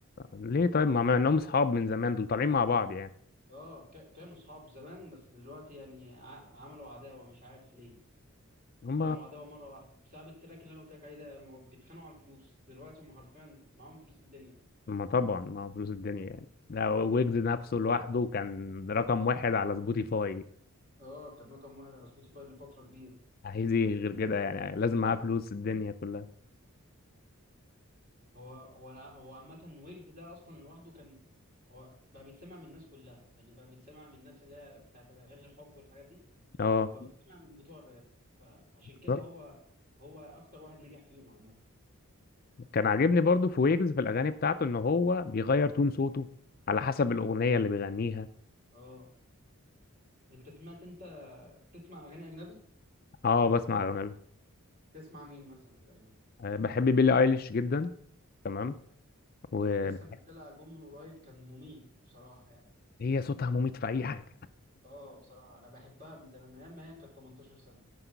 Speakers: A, on the left; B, on the right.
A: ليه طيب ما ما انهم اصحاب من زمان دول طالعين مع بعض يعني
B: اه ك- كانوا اصحاب زمان بس دلوقتي يعني ع- عملوا عداوه مش عارف ليه
A: هم
B: عملوا عداوه مره واحده بسبب التراك اللي انا قلت لك عليه ده هم بيتخانقوا على الفلوس دلوقتي هم حرفيا معاهم فلوس الدنيا
A: ما طبعا ما هو فلوس الدنيا يعني ده ويجز نفسه لوحده كان رقم واحد على سبوتيفاي
B: اه كان رقم واحد على سبوتيفاي لفتره كبيره
A: عايز ايه غير كده يعني لازم معاه فلوس الدنيا كلها
B: هو هو الع- هو عامه ويجز ده اصلا لوحده كان هو بقى بيتسمع من الناس كلها يعني بقى بيتسمع من الناس اللي هي بتاعت الاغاني الحب والحاجات دي
A: اه
B: وبقى بيتسمع من بتوع الراب فعشان كده
A: بالظبط
B: هو هو اكتر واحد نجح فيهم عامه
A: كان عاجبني برضو في ويجز في الاغاني بتاعته ان هو بيغير تون صوته على حسب الاغنيه اللي بيغنيها
B: اه انت سمعت انت بتسمع اغاني اجنبي
A: اه بسمع اغاني
B: تسمع مين مثلا في الاجنبي
A: آه، بحب بيلي ايليش جدا تمام وهي
B: لسه منزله البوم من قريب كان مميت بصراحه يعني
A: صوتها مميت في اي حاجه
B: اه بصراحه انا بحبها من زمان من ايام ما هي كانت 18 سنه